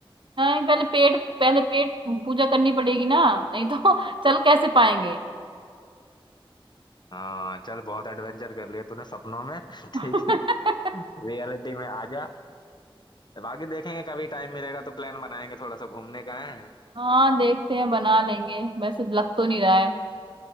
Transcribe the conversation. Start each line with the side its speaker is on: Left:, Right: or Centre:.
Right: नहीं पहले पेट पहले पेट पूजा करनी पड़ेगी ना नहीं तो <laughs> चल कैसे पाएंगे
Left: हाँ चल बहुत एडवेंचर कर लिया तूने सपनों में <laughs>
Right: <laughs>
Left: ठीक है रियलिटी में आ जा बाकी देखेंगे कभी टाइम मिलेगा तो प्लान बनाएंगे थोड़ा सा घूमने का है
Right: हाँ देखते हैं बना लेंगे वैसे लग तो नहीं रहा है